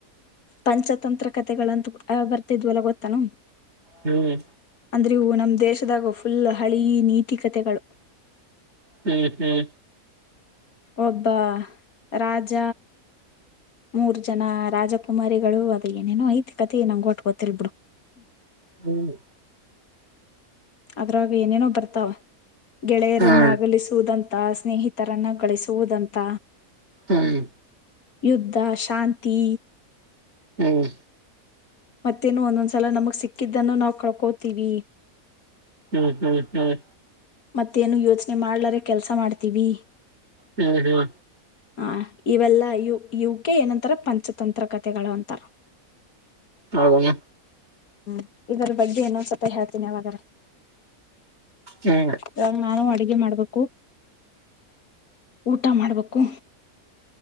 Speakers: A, on the left (about 75°); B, on the right (about 50°).
A: ಪಂಚತಂತ್ರ ಕತೆೆಗಳಂತೂ ಬರ್ತಿದ್ವಲ ಗೊತ್ತಾನ
B: ಹ್ಮ್
A: ಅಂದ್ರೆ ಇವು ನಮ್ ದೇಶದಾಗ ಫುಲ್ ಹಳೆಯ ನೀತಿಕತೆಗಳು
B: ಹ್ಮ್ ಹ್ಮ್
A: ಒಬ್ಬ ರಾಜ ಮೂರ್ ಜನ ರಾಜಕುಮಾರಿಗಳು ಅದ ಏನೇನೋ ಐತಿ ಕತಿ ನಂಗು ಅಟ್ ಗೊತ್ತಿಲ್ಲ ಬಿಡು
B: ಹ್ಮ್
A: ಅದ್ರಾಗ ಏನೇನೋ ಬರ್ತಾವ ಗೆಳೆಯರನ್ನ
B: ಹ್ಮ್
A: ಅಗಲಿಸುವುದಂತೆ ಸ್ನೇಹಿತರನ್ನ ಗಳಿಸುವುದಂತ
B: ಹ್ಮ್
A: ಯುದ್ಧ ಶಾಂತಿ
B: ಹ್ಮ್
A: ಮತ್ತೇನು ಒಂದೊಂದ್ಸಲ ನಮಗ್ ಸಿಕ್ಕಿದ್ದನ್ನು ನಾವು ಕಳ್ಕೋತೀವಿ
B: ಹ್ಮ್ ಹ್ಮ್ ಹ್ಮ್
A: ಮತ್ತೇನು ಯೋಚನೆ ಮಾಡ್ಲರೆ ಕೆಲಸ ಮಾಡ್ತೀವಿ
B: ಹ್ಮ್ ಹ್ಮ್
A: ಹ ಇವೆಲ್ಲ ಯವು ಕೆ ಏನಂತಾರ ಪಂಚತಂತ್ರ ಕತೆೆಗಳು ಅಂತಾರ
B: ಹೌದೇನು
A: ಹ್ಮ್ ಇದರ ಬಗ್ಗೆ ಇನೊಂದ್ಸತ್ತ ಹೇಳ್ತೀನಿ ಯಾವಾದ್ರ
B: ಹ್ಮ್
A: ಇವಾಗ ನಾನು ಅಡಿಗೆ ಮಾಡ್ಬೇಕು ಊಟ ಮಾಡ್ಬೇಕು